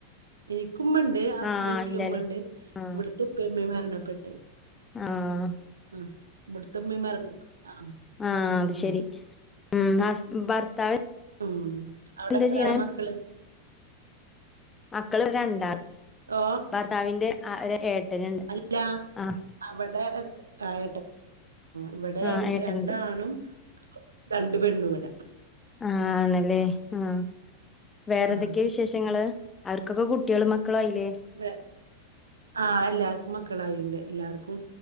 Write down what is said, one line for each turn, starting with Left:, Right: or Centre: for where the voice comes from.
Right: എനിയ്ക്കു ഉമ്മ്ണ്ട് <unintelligible>
Left: ആ
Right: വീട്ടില്
Left: ഇല്ലല്ലേ
Right: ഉമ്മണ്ട്.
Left: ആ
Right: ഇവിടുത്ത ഉപ്പയും ഉമ്മയും മരണപ്പെട്ട്
Left: ആഹ്
Right: ആഹ്, ഇവിടുത്തുമ്മയും മരണപ്പെ. ആ
Left: ആഹ്, അത്
Right: ഉം
Left: ശരി. ഉം ഹസ്, ഭർത്താവ്
Right: ഉം അവിടെത്രാൾ
Left: എന്താ ചെയ്യണേ
Right: മക്കള്?
Left: മക്കള് രണ്ടാള്.
Right: ഓ
Left: ഭർത്താവിന്റെ ആ ഒരു ഏട്ടനുണ്ട്.
Right: അല്ല
Left: ആ
Right: അവിടെ ആ <unintelligible> ഇവ്ടെ
Left: ആ
Right: രണ്ട്
Left: ഏട്ടനുണ്ട്
Right: രണ്ടാണും രണ്ടു പെണ്ണ്‌ങ്ങൾ
Left: ആ ആണിലേ ആ. വേറെന്തൊക്കെയാ
Right: ആ
Left: വിശേഷങ്ങള്? അവർക്കൊക്കെ കുട്ടികളും മക്കളും ആയില്ലേ?
Right: വേ ആഹ് എല്ലാർക്കും മക്കളായുണ്ട്. എല്ലാർക്കും